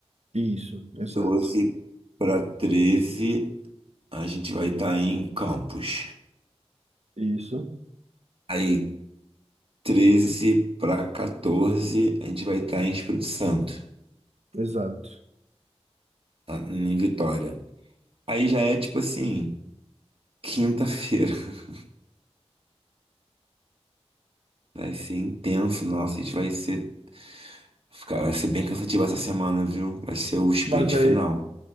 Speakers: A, on the right; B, on the right.
A: Isso, exato.
B: doze para 13 a gente vai estar em Campos.
A: Isso,
B: Aí, 13 para 14, a gente vai estar em Espírito Santo,
A: exato.
B: tá? em Vitória. Aí já é tipo assim, quinta-feira. <laughs> Vai ser intenso, nossa, a gente vai ser Fica- Vai ser bem cansativo essa semana, viu? Vai ser o sprint
A: Mas é,
B: final.